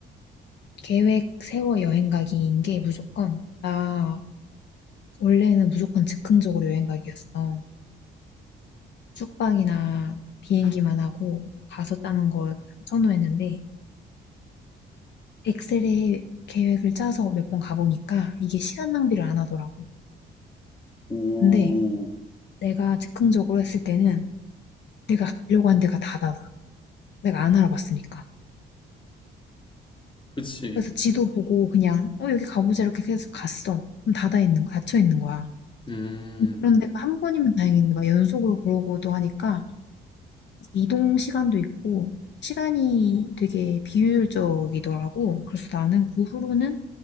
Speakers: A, on the left (about 60°); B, on the left (about 25°).
A: 계획 세워 여행 가기인 게 무조건 나 원래는 무조건 즉흥적으로 여행 가기였어. 숙박이나 비행기만 하고 가서 짜는 걸 선호했는데 엑셀에 계획을 짜서 몇 번 가보니까 이게 시간 낭비를 안 하더라고.
B: 오,
A: 근데 내가 즉흥적으로 했을 때는 내가 가려고 한 데가 다 닫아. 내가 안 알아봤으니까.
B: 그치.
A: 그래서 지도 보고 그냥 어 여기 가보자 이렇게 계속 갔어. 그럼 닫아 있는 거, 닫혀 있는 거야.
B: 음,
A: 그런 데가 한 번이면 다행인데 막 연속으로 그러고도 하니까 이동 시간도 있고 시간이 되게 비효율적이더라고. 그래서 나는 그 후로는